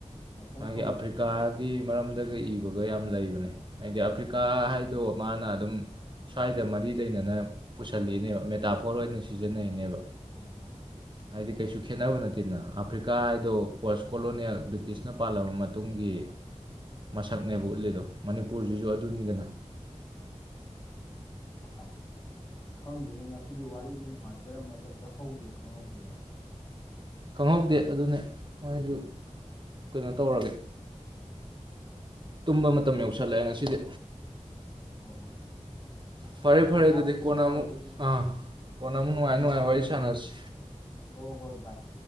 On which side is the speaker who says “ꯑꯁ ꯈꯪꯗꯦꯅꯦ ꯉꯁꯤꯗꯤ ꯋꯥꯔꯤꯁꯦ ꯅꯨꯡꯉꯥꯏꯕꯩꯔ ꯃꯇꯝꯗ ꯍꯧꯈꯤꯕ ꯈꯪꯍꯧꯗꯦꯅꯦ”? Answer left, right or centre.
Left